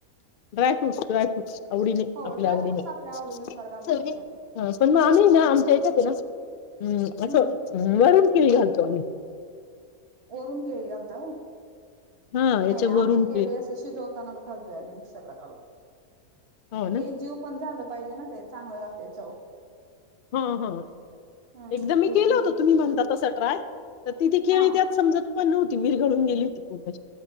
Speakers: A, on the left (about 70°); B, on the right (about 45°).
A: ड्रायफ्रूटस ड्रायफ्रूटस आवडीने
B: हो
A: आपल्या
B: ड्रायफ्रूट्स
A: आवडीने
B: आपल्या आवडीनुसार घालतोच
A: चवीने
B: की आपण
A: हा पण मग आम्ही आहे ना आमच्या हच्यात आम् आहे ना् आम् असं
B: हम्म
A: वरून केळी घालतो दोन्ही
B: वरुण केळी घालता होय
A: हा
B: नाही
A: याच्या वरून
B: आम्ही केळी असं शिजवताना व घालतोय आम्ही मिक्सर ला काढून
A: हो ना
B: एक जीव पण झालं पाहिजे ना ते चांगलं लागतयं चव
A: हम्म हम्म
B: हम्म
A: एकदा मी
B: एक
A: केलं
B: जीव
A: होत तुम्ही म्हणता तसं ट्राय त तिथं केळी
B: हा
A: त्यात समजतं पण नव्हती विरघळून गेली होती पूर्ण अ